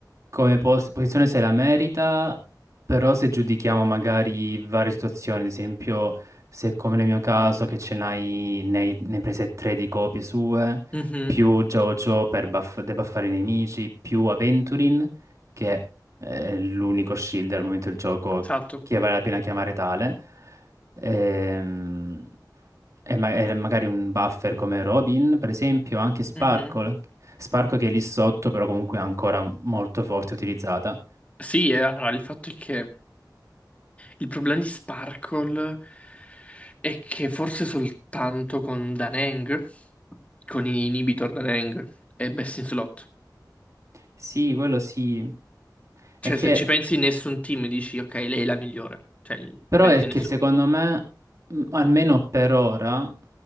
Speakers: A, on the right; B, on the left.
A: come pos- posizione se la merita, però se giudichiamo magari varie situazioni, ad esempio se come nel mio caso che ce n'hai nei, ne hai prese tre di copie sue,
B: Mhm,
A: più Jojo per buff- debuffare i nemici, più Aventurin che è eh, l'unico shield al momento del gioco
B: esatto.
A: che vale la pena chiamare tale, ehm, e, ma- e magari un buffer come Robin, per esempio, anche Sparkle,
B: Mhm.
A: Sparkle che è lì sotto, però comunque è ancora molto forte utilizzata.
B: Sì, e allora il fatto è che Il problema di Sparkle è che forse soltanto con Daneng, con i inhibitor Daneng, è best in slot.
A: Sì, quello sì.
B: Cioè,
A: È che
B: se ci pensi, nessun team dici, ok, lei è la migliore. Cioè,
A: Però
B: veramente
A: è che
B: nessuno.
A: secondo me, m, almeno per ora,